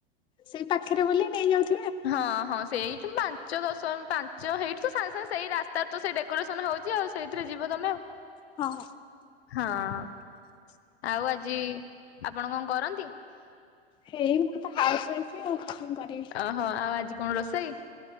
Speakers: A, on the left; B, on the left.
A: ସେଇ ପାଖେରେ ବୋଲି ନେଇଯାଉଥି
B: ହଁ ହଁ, ସେଇଠୁ ଉମ୍ ପାଞ୍ଚ ଦଶ ପାଞ୍ଚ ପାଞ୍ଚ ହେଇଠୁ ତ ସାଙ୍ଗେ ସାଙ୍ଗେ ସେଇ ରାସ୍ତାରେ ତ ସେ ଡେକୋରେସନ ହଉଛି ଆଉ ସେଇଥିରେ ଯିବ ତମେ ଆଉ।
A: ହଁ।
B: ହଁ ଆଉ ଆଜି, ଆପଣ କଣ କରନ୍ତି?
A: ହେଇ ମୁଁ ତ ହାଉସ ୱାଇଫ ଆଉ କଣ କରିବି।
B: ଓହୋ ଆଉ ଆଜି କଣ ରୋଷେଇ?